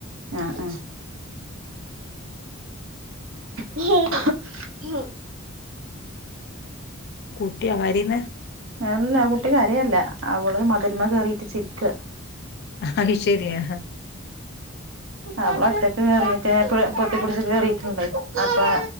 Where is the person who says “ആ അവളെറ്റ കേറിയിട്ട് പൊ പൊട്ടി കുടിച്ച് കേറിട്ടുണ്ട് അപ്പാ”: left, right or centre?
Right